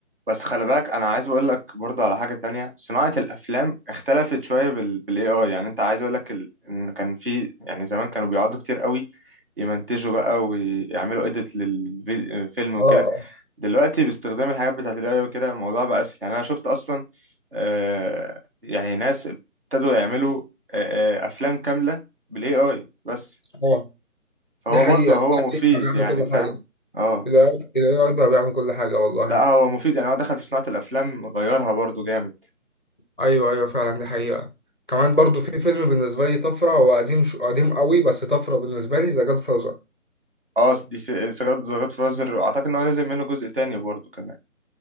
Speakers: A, on the right (about 40°); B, on the left (about 40°).
A: بس خلي بالك انا عايز اقول لك برضه على حاجه تانية صناعه الافلام اختلفت شويه بال... بالاي اي يعني انت عايز اقول لك ال... ان كان في يعني زمان كانوا بيقعدوا كتير قوي يمنتجوا بقى ويعملوا اديت للفيلم وكده
B: اه اه
A: دلوقتي باستخدام الحاجات بتاعت الاي وكده الموضوع بقى اسهل يعني انا شفت اصلا آه يعني ناس ابتدوا يعملوا آه آه افلام كامله بالاي اي بس
B: اه
A: فهو
B: دي حقيقه
A: برضه هو
B: ال
A: مفيد
B: AI بقى بيعمل
A: يعني
B: كل
A: فاهم
B: حاجه
A: اه
B: الاي اي بقى بيعمل كل حاجه والله
A: لا هو مفيد يعني هو دخل في صناعه الافلام غيرها برضه جامد
B: ايوه ايوه فعلا دي حقيقة كمان برضو في فيلم بالنسبة لي طفرة هو قديم شو قديم قوي بس طفرة بالنسبة لي ذا جاد فازر
A: اه دي س- سجاد سجاد فازر واعتقد ان هو نزل منه جزء تاني برضه كمان